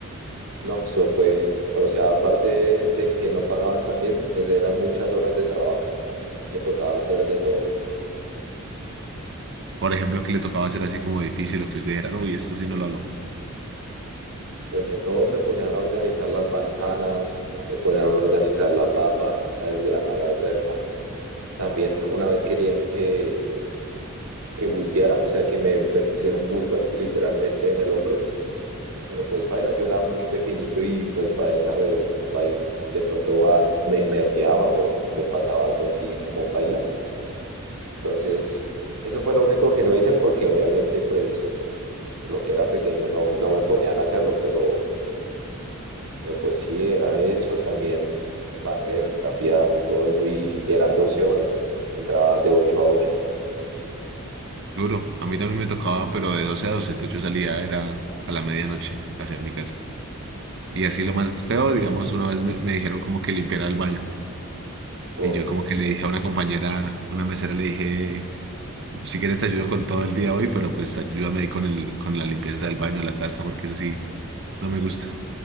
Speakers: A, on the right; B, on the right.
A: No, eso fue, o sea, aparte de, de que no pagaban tan bien, es- eran muchas horas de trabajo. Me tocaba hacer de todo.
B: Por ejemplo, que le tocaba hacer así como difícil, lo que usted dijera, "No, uy, esto sí no lo hago.
A: Pues de todo me ponían a organizar las manzanas, me ponían a organizar la papa, a desgranar arveja. También una vez querían que, que bulteara, o sea, que me, me pusiera un bulto aquí literalmente en el hombro Pero pues paila, yo era muy pequeñito y pues para esa de, vai- de pronto va, me, me herniaba o me pasaba algo así como paila. Entonces, eso fue lo único que no hice porque obviamente pues por lo que era pequeño no, no me ponían a hacerlo, pero, pero pues sí, era eso también, barrer, trapear, todo eso y, y eran 12 horas, entraba de ocho a ocho
B: Duro. A mí también me tocaba, pero de 12 a 12, entonces yo salía era a la medianoche hacia mi casa. Y así lo más feo, digamos, una vez me, me dijeron como que limpiara el baño.
A: Uf,
B: Y yo como que le dije a una compañera, una mesera, le dije, si quieres te ayudo con todo el día hoy, pero pues ayúdame ahí con el, con la limpieza del baño, la taza, porque eso sí, no me gusta.